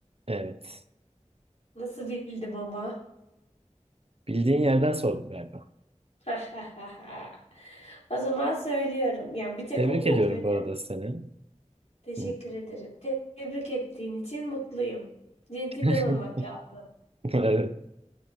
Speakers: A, on the right; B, on the left.
A: Evet.
B: Nasıl bildim ama?
A: Bildiğin yerden sordum galiba.
B: <laughs> O zaman söylüyorum. Yani bir tek
A: Tebrik
B: o mu
A: ediyorum
B: yapıyor
A: bu
B: canım?
A: arada seni.
B: Teşekkür
A: Hı.
B: ederim. Te- Tebrik ettiğin için mutluyum. Centilmen
A: <laughs>
B: olmak lazım.
A: Evet.